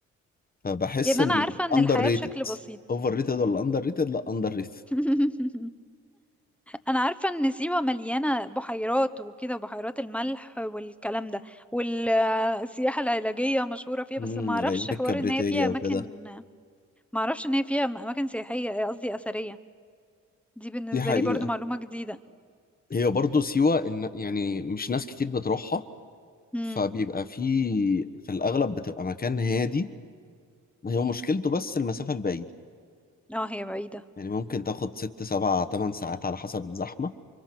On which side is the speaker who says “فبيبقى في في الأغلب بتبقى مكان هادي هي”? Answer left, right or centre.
Left